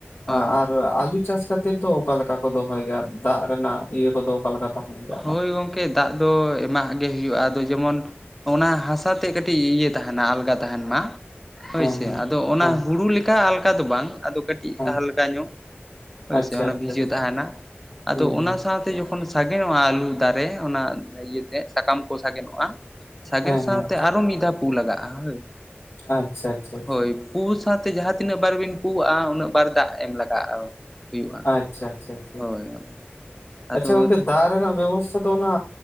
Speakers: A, on the left (about 80°); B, in the centre.
A: ᱟ
B: ᱦᱳᱭ
A: ᱟᱞᱩ ᱪᱟᱥ ᱠᱟᱛᱮᱫ ᱫᱚ ᱚᱠᱟᱞ ᱞᱮᱠᱟ ᱠᱚ ᱫᱚᱦᱚᱭ ᱜᱮᱭᱟ ᱫᱟᱜ ᱨᱮᱱᱟᱜ ᱤᱭᱟᱹ ᱠᱚᱫᱚ ᱚᱠᱟ ᱞᱮᱠᱟ? ᱛᱟᱦᱮᱱ ᱜᱮᱭᱟ ᱚᱱᱟ
B: ᱦᱳᱭ
A: ᱫᱚ?
B: ᱜᱚᱝᱠᱮ ᱫᱟᱜ ᱫᱚ ᱮᱢᱟᱜ ᱜᱮ ᱦᱩᱭᱩᱜ-ᱟ ᱟᱫᱚ ᱡᱮᱢᱚᱱ ᱚᱱᱟ ᱦᱟᱥ ᱥᱟ ᱛᱮᱜ ᱠᱟᱹᱴᱤᱜ ᱤᱭᱟᱹ ᱛᱟᱦᱮᱱᱟ ᱟᱞᱜᱟ ᱛᱟᱦᱮᱱ ᱢᱟ ᱦᱳᱭ
A: ᱦᱮᱸ
B: ᱥᱮ
A: ᱦᱮᱸ
B: ᱟᱫᱚ ᱚᱱᱟ
A: ᱦᱮᱸ
B: ᱦᱩᱲᱩ ᱞᱮᱠᱟ ᱟᱞᱜᱟ ᱫᱚ ᱵᱟᱝ ᱟᱫᱚ ᱠᱟᱹᱴᱤᱜ
A: ᱦᱮᱸ
B: ᱦᱟᱞᱠᱟ ᱧᱚᱜ ᱦᱳᱭᱥᱮ
A: ᱟᱪᱪᱷᱟ
B: ᱚᱱᱟ
A: ᱟᱪᱪᱷᱟ
B: ᱵᱷᱤᱡᱟᱹ
A: ᱟᱪᱪᱷᱟ
B: ᱛᱟᱦᱮᱱᱟ ᱟᱫᱚ
A: ᱦᱩᱸ ᱦᱩᱸ
B: ᱚᱱᱟ ᱥᱟᱶᱛᱮ ᱡᱚᱠᱷᱚᱱ ᱥᱟᱜᱮᱱᱚᱜ-ᱟ ᱟᱹᱞᱩ ᱫᱟᱨᱮ ᱚᱱᱟ ᱤᱭᱟᱹᱛᱮᱜ ᱥᱟᱠᱟᱢ ᱠᱚ ᱥᱟᱜᱮᱱᱚᱜ-ᱟ ᱥᱟᱜᱮᱱ
A: ᱦᱮᱸ
B: ᱥᱟᱶᱛᱮ
A: ᱦᱮᱸ
B: ᱟᱨᱚ ᱢᱤᱫ ᱫᱷᱟᱣ ᱯᱩ ᱞᱟᱜᱟᱜ-ᱟ ᱦᱳᱭ
A: ᱟᱪᱪᱷᱟ ᱟᱪᱪᱷᱟ ᱟᱪᱪᱷᱟ
B: ᱦᱳᱭ ᱯᱩ ᱥᱟᱶᱛᱮ ᱡᱟᱦᱟᱸ ᱛᱤᱱᱟᱹᱜ ᱵᱟᱨ ᱵᱤᱱ ᱯᱩᱣᱟᱜ-ᱟ ᱩᱱᱟᱹᱜ ᱵᱟᱨ ᱫᱟᱜ ᱮᱢ ᱞᱟᱜᱟᱜ-ᱟ᱾ ᱦᱩᱭᱩᱜ-ᱟ
A: ᱟᱪᱪᱷᱟ ᱟᱪᱪᱷᱟ ᱟᱪᱪᱷᱟ
B: ᱦᱳᱭ
A: ᱟᱪᱪᱷᱟ
B: ᱦᱳᱭ ᱟᱫᱚ
A: ᱟᱪᱪᱷᱟ ᱜᱚᱝᱠᱮ ᱫᱟᱜ ᱨᱮᱱᱟᱜ ᱵᱮᱵᱚᱥᱛᱟ ᱫᱚ ᱚᱱᱟ